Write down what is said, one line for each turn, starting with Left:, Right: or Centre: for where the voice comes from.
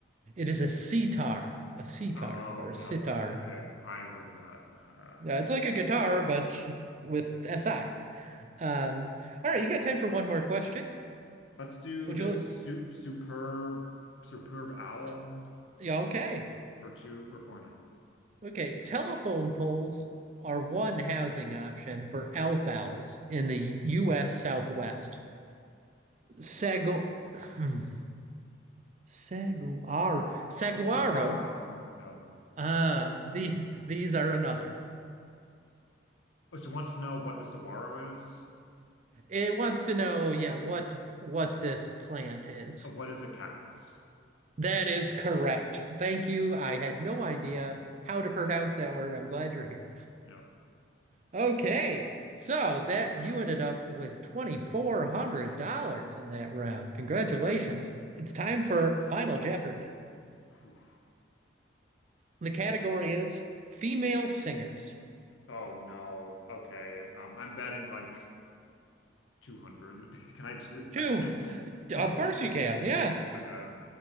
Right: It is a sitar, a sitar
Left: Oh,
Right: or a sitar.
Left: yeah, I I I've heard of that. Uh,
Right: Uh, it's like a guitar, but with SI. Um, all right, you got time for one more question?
Left: <laughs> let's do
Right: Would
Left: the
Right: you?
Left: soup superb superb owl
Right: uh, Yeah, okay.
Left: for two or four hundred.
Right: Okay, telephone poles are one housing option for elf owls in the U.S. Southwest. Sago, <clears throat> saguaro, saguaro.
Left: It's saguaro, you
Right: Uh, the these are another.
Left: Oh, so wants to know what the saguaro is.
Right: It wants to know, yeah, what what this plant is.
Left: Uh, What is a cactus?
Right: That is correct. Thank you. I had no idea
Left: <laughs>
Right: how to pronounce that word. I'm glad you're here.
Left: Yep,
Right: Okay. So that you ended up with $2,400 in that round. Congratulations.
Left: great.
Right: It's time for Final Jeopardy.
Left: Phew.
Right: The category
Left: Um,
Right: is female singers.
Left: oh no. Okay. Um, I'm betting like 200. <laughs> Can I do
Right: Two.
Left: that? <laughs>
Right: Of course you can. Yes.
Left: Okay.